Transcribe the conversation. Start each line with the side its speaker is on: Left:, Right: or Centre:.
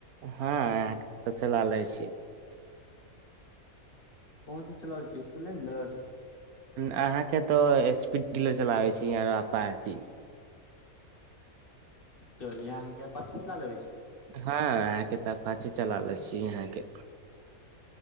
Right: ہاں تو چلا لےچ
Left: کون سا چلاچ سلینڈر
Right: ااں کے تو اسپیڈ ڈیلر چلاوے چ آاچی
Left: چلیے ا کے پاچ ک لے چ
Right: ہاں آ کے تو پاچے چلا ل یہاں کے